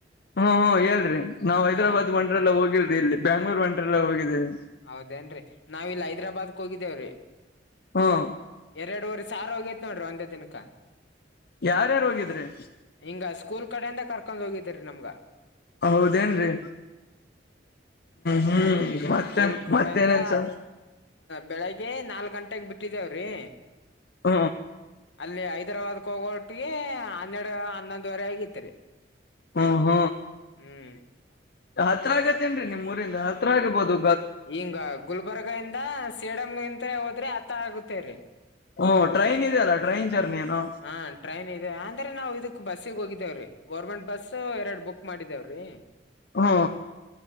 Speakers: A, on the left (about 60°); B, on the left (about 75°).
A: ಹ್ಮ್ ಹ್ಮ್ ಹೇಳ್ರಿ ನಾವ್ ಹೈದ್ರಾಬಾದ್
B: ಹಾ
A: ವಂಡರ್ ಲಾ ಹೋಗಿಲ ಇಲ್ರಿ ಬ್ಯಾಂಗ್ಳೂರ್ ವಂಡರ್ ಲಾ ಹೋಗಿದ್ದಿದ
B: ಹೌದೇನ್ ರಿ ನಾವ ಇಲ್ ಹೈದ್ರಾಬಾದ್ಕ್ ಹೋಗಿದ್ದೇವ್ರೀ
A: ಹ್ಮ್
B: ಎರಡು ವರಿ ಸಾವಿರ ಹೋಗೇತ್ ನೋಡ್ರಿ ಒಂದೇ ದಿನಕ
A: ಯಾರ್ಯಾರು ಹೋಗಿದ್ರಿ
B: ಹಿಂಗ ಸ್ಕೂಲ್ ಕಡೆಯಿಂದ ಕರ್ಕೊಂಡ್ ಹೋಗಿದ್ದೀರಿ ನಮ್ಗ
A: ಹೌದೇನ್ರಿ ಹ್ಮ ಹ್ಮ್ ಮತ್ತೆ
B: ಸ್ಕೂಲ್ ಕಡೆಯಿಂದ
A: ಮತ್ತೇನೇನ್ ಸ
B: ಬೆಳಿಗ್ಗೆ ನಾಲ್ ಗಂಟೆಗೆ ಬಿಟ್ಟಿದ್ದೇವ್ರಿ
A: ಹೂ
B: ಅಲ್ಲಿ ಹೈದ್ರಾಬಾದ್ಗೆ ಹೋಗೋವಟಿಗೆ ಹನ್ನೆರಡು ಹನ್ನೊಂದುವರೆ ಆಗಿತರಿ
A: ಹೂ ಹೂ
B: ಹ್ಮ್
A: ಹತ್ರ ಆಗತ್ತೇನ್ರಿ ನಿಮ್ ಊರಿಂದ ಹತ್ರ ಆಗ್ಬಹದು
B: ಹಿಂಗ್ ಗುಲ್ಬರ್ಗ ಇಂದ ಸೇಡಮ ಇಂತ ಹೋದ್ರೆ ಹತ್ರ ಆಗತೇರಿ
A: ಹ್ಮ್ ಟ್ರೈನ್ ಇದೆಯಲ್ಲ ಟ್ರೈನ್ ಜರ್ನಿ ಏನು
B: ಹಾ ಟ್ರೈನ್ ಇದೆ ಅಂದ್ರೆ ನಾವು ಇದಕ ಬಸಿಗ್ ಹೋಗಿದ್ದಾವ್ರಿ ಗೌರ್ಮೆಂಟ್ ಬಸ್ ಎರಡು ಬುಕ್ ಮಾಡಿದೇವ್ರೀ
A: ಹೂ